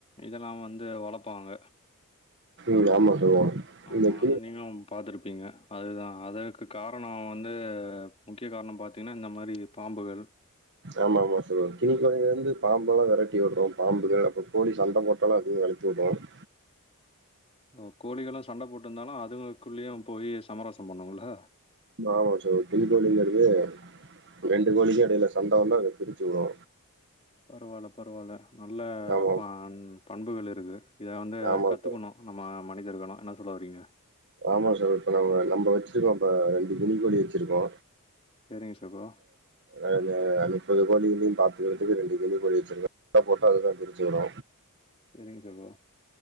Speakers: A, on the left; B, on the right.
A: இதெல்லா வந்து வளப்பாங்க
B: ம் ஆமா சொல்லுவாங்க
A: ஆமா
B: இந்த கிளி
A: அத நீங்களு பாத்துருப்பீங்க அதுதா அதற்கு காரணோ வந்து முக்கிய காரணம் பாத்தீங்கன்னா இந்த மாதிரி பாம்புகள்
B: ஆமா ஆமா <unintelligible> இருந்து பாம்பல்லா வெரட்டி விடுறோ பாம்புகள் அப்றோ கோழி சண்ட போட்டாலு அதிக வெ <unintelligible>
A: ஓ கோழிகள்ள சண்ட போட்டிருந்தாலு அதுங்கக்குள்ளேயு போய் சமரசம் பண்ணுங்கள
B: ஆமா சகோ <unintelligible> ரெண்டு கோழிக்கு எடைல சண்ட வந்தா அத பிரிச்சு விடுவோ
A: பரவால்ல பரவால்ல நல்ல
B: ஆமா
A: ப பண்புகள் இருக்கு இத வந்து
B: ஆமா
A: கத்துக்கணு
B: சார்
A: நம்ம மனிதர்களு என்ன சொல்ல வாரீங்க
B: ஆமா சகோ இப்ப நம்ம நம்ம வெச்சிருக்கோ இப்ப ரெண்டு கிளிக்கோழி வெச்சிருக்கோ
A: சரிங்க சகோ.
B: இங்க முப்பது கோழிகளையு பாக்கிறதுக்கு ரெண்டு கினிகோழி கோழி வெச்சிருக்கோ சண்ட போட்டா அத பிரிச்சி விடு
A: சேரிங்க சகோ